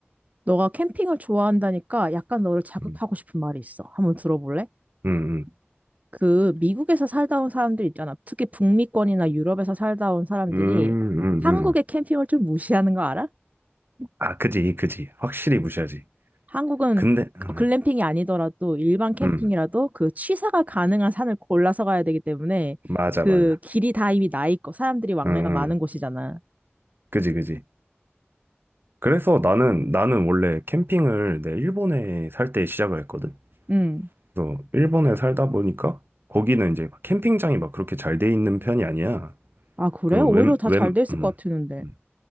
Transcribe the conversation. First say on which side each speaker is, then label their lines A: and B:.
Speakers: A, on the right (about 35°); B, on the right (about 55°).
A: 너가 캠핑을 좋아한다니까 약간 너를 자극하고
B: 음.
A: 싶은 말이 있어. 한번 들어볼래?
B: 음.
A: 그 미국에서 살다 온 사람들 있잖아. 특히 북미권이나 유럽에서 살다 온 사람들이
B: 음. 음.
A: 한국의
B: 음. 음.
A: 캠핑을 좀 무시하는 거 알아?
B: 아, 그지. 그지. 확실히 무시하지.
A: 한국은
B: 근데 음.
A: 글램핑이 아니더라도 일반 캠핑이라도
B: 음.
A: 그 취사가 가능한 산을 골라서 가야 되기 때문에
B: 맞아
A: 그
B: 맞아.
A: 길이 다 이미 나 있고 사람들이 왕래가
B: 응, 응.
A: 많은 곳이잖아.
B: 그지, 그지. 그래서 나는, 나는 원래 캠핑을 내 일본에 살 때 시작을 했거든.
A: 음.
B: 그래서 일본에 살다 보니까 거기는 이제 캠핑장이 막 그렇게 잘 돼 있는 편이 아니야.
A: 아, 그래?
B: 그
A: 오히려
B: 웬,
A: 다
B: 웬,
A: 잘 돼 있을
B: 음,
A: 것 같았는데.
B: 음.